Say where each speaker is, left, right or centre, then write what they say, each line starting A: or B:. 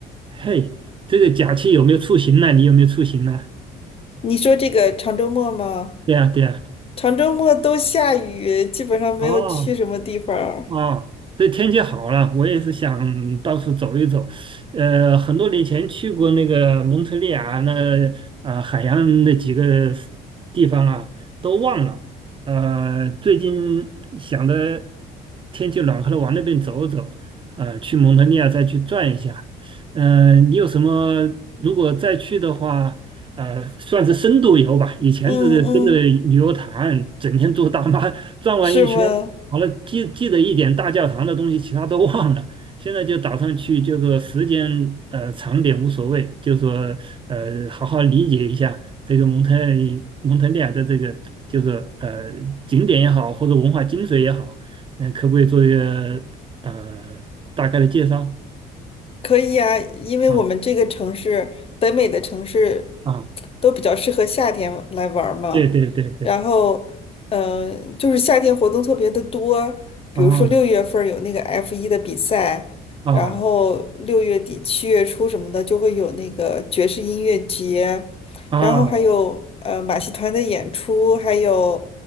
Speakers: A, on the right; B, on the left.
A: 嘿，这个假期有没有出行呢？你有没有出行呢？
B: 你说这个长周末吗？
A: 对呀，对呀。
B: 长周末都下雨，基本上没有去什么地方儿
A: 哦，哦，这天气好了，我也是想到处走一走。呃，很多年前去过那个蒙特利尔，那个啊、海洋那几个 s- 地方啊，都忘了。呃，最近想着天气暖和了，往那边走走，呃，去蒙特利尔再去转一下。嗯呃，你有什么？如果再去的话，呃，算是深度游吧。以前只是跟着旅游团，
B: 嗯嗯，
A: 整天坐大巴 <laughs>，转完一圈。
B: 是吗？
A: 好了，记记得一点大教堂的东西，其他都忘了。现在就打算去，就是说时间呃长点无所谓，就说呃好好理解一下这个蒙特蒙特利尔的这个，就是呃景点也好，或者文化精髓也好，那可不可以做一个呃大概的介绍？
B: 可以啊，因为我们这个城市，
A: 啊
B: 北美的城市，
A: 啊，
B: 都比较适合夏天来玩儿嘛。
A: 对对对对，
B: 然后，嗯、就是夏天活动特别的多，比如说六月份儿有那个
A: 啊
B: F 一的比赛，
A: 啊
B: 然后六月底七月初什么的就会有那个爵士音乐节，
A: 啊
B: 然后还有呃马戏团的演出，还有